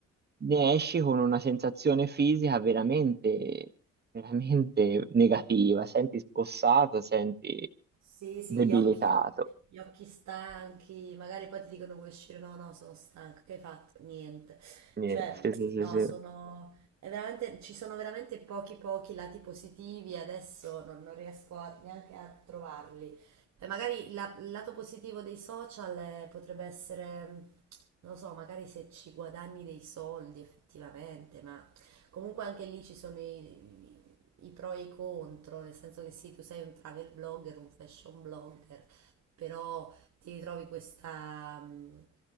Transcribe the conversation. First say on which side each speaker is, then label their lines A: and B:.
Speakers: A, on the right; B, on the right.
A: ne esci con una sensazione fisica veramente, veramente negativa, senti spossato, senti
B: Sì, sì,
A: debilitato.
B: gli occhi, gli occhi stanchi, magari poi ti dicono vuoi uscire, no, no, sono stanco, che hai fatto? Niente.
A: Niente,
B: Cioè,
A: sì, sì, sì,
B: no,
A: sì.
B: sono, è veramente, ci sono veramente pochi pochi lati positivi e adesso non, non riesco a- neanche a trovarli. E magari la- il lato positivo dei social è- potrebbe essere, non lo so, magari se ci guadagni dei soldi effettivamente, ma comunque anche lì ci sono i i pro e i contro, nel senso che sì, tu sei un travel blogger, un fashion blogger, però ti ritrovi questa mh,